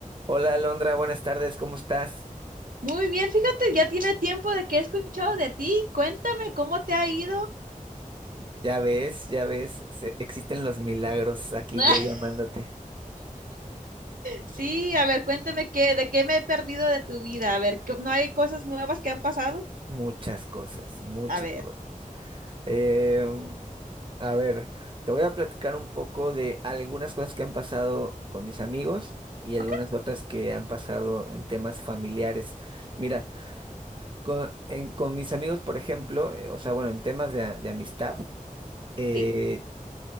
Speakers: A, on the right; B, on the right.
A: Hola Alondra, buenas tardes, ¿cómo estás?
B: Muy bien, fíjate, ya tiene tiempo de que he escuchado de ti. Cuéntame cómo te ha ido.
A: Ya ves, ya ves, se- existen los milagros aquí
B: <laughs>
A: yo llamándote.
B: Sí, a ver, cuéntame qué, de qué me he perdido de tu vida. A ver, ¿qué- ¿no hay cosas nuevas que han pasado?
A: Muchas cosas, muchas
B: A ver,
A: cosas. Eh, a ver, te voy a platicar un poco de algunas cosas que han pasado con mis amigos y algunas
B: ok,
A: otras que han pasado en temas familiares. Mira, con, en- con mis amigos, por ejemplo, eh, o sea, bueno, en temas de, a- de amistad. eh,
B: sí.